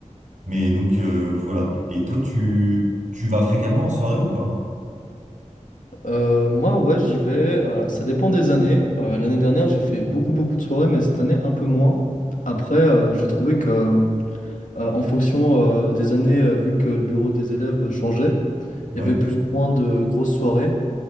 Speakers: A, on the right (about 80°); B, on the left (about 85°).
A: Mais donc euh, voilà. Et toi, tu, tu vas fréquemment en soirée ou pas?
B: Euh, moi, ouais, j'y vais. euh, ça dépend des années. Euh, l'année dernière, j'ai fait beaucoup, beaucoup de soirées, mais cette année, un peu moins. Après, euh, j'ai trouvé que, euh, en fonction euh, des années, euh, vu que le bureau des élèves changeait,
A: Ouais,
B: il y avait plus ou moins de grosses soirées.